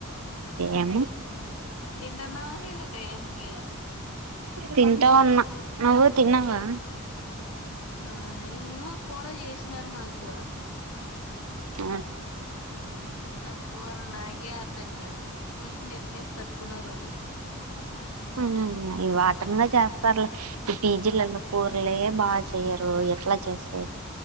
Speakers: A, on the right; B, on the left.
A: ఏమో
B: తింటన్నవ లేదా టయానికి
A: తింటా ఉన్నా నువ్వు తిన్నావా
B: ఆ ఏమో కూర చేసినారు మాకు
A: అ
B: ఆ కూరనాకే అర్దంగాదు పులుసు నెత్తినేసి తట్టుకున్నారు వాళ్ళు
A: ఉమ్మ్ ఈ వాటంగా చేస్తారులే ఈ పీజీలల్లో కూరలే బా చెయ్యరు ఎట్లా చేస్తే